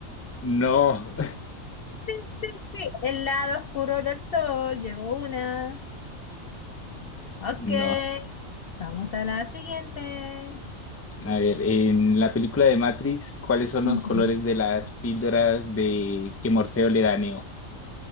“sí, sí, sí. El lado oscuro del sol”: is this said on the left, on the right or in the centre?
Left